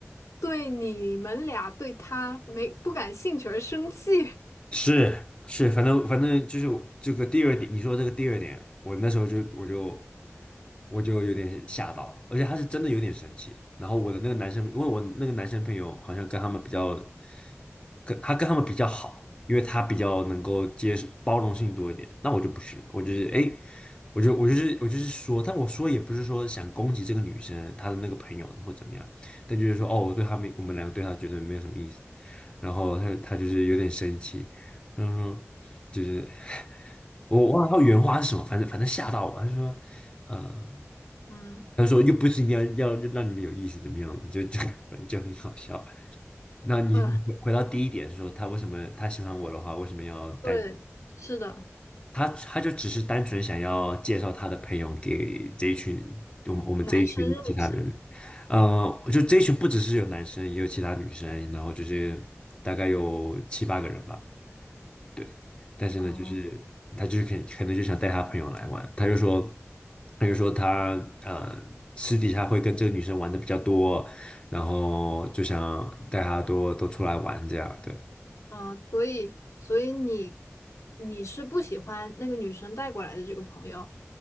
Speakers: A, on the left; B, on the left.
A: 对你们俩对她没不感兴趣而生气？
B: 是是，反正反正就是这个第二点，你说这个第二点，我那时候就我就我就有点吓到，而且他是真的有点生气。然后我的那个男生，因为我那个男生朋友好像跟他们比较，跟他跟他们比较好，因为他比较能够接受包容性多一点。那我就不是，我就是哎，诶我就我就是我就是说，但我说也不是说想攻击这个女生她的那个朋友或怎么样，但就是说哦，我对他们我们两个对他绝对没有什么意思。然后他他就是有点生气。嗯哼，就是我忘了他原话是什么，反正反正吓到我。他说，呃，
A: 嗯
B: 他说又不是一定要要让你们有意思怎么样的就就 <laughs> 反正就很好笑。那你你回回到第一点说，
A: 嗯，呃
B: 他为什么他喜欢我的话，为什么要带
A: 对，是的，
B: 他？他就只是单纯想要介绍他的朋友给这一群我们我们这一群其他人。
A: 男生认识。
B: 呃，就这一群不只是有男生，也有其他女生，然后就是大概有七八个人吧。对，但是呢，
A: 哦。
B: 就是他就是可可能就想带他朋友来玩，他就说，他就说他呃私底下会跟这个女生玩的比较多，然后就想带她多多出来玩这样，对。
A: 嗯，所以所以你你是不喜欢那个女生带过来的这个朋友，